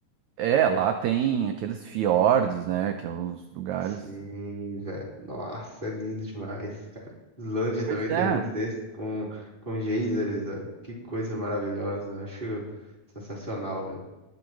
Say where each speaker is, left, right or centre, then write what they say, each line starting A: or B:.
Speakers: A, on the right (about 70°); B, on the right (about 15°).
A: É, lá tem aqueles fiordes, né? Que é os lugares.
B: sim, velho. Nossa, é lindo demais, cara. Islândia
A: Pois
B: também tem
A: é.
B: uns desses com, com geysers, velho. Que coisa maravilhosa. Eu Acho sensacional, velho.